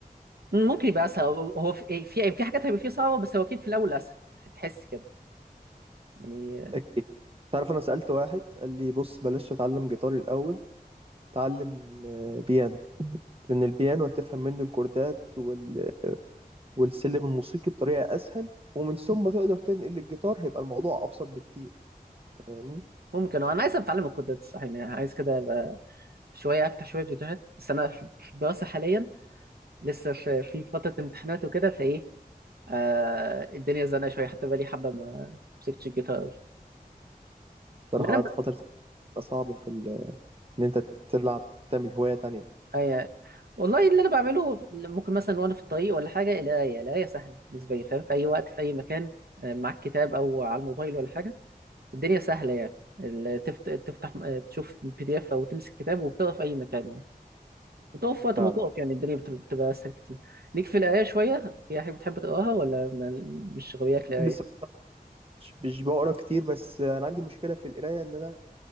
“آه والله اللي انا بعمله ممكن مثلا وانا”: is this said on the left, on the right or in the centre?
Right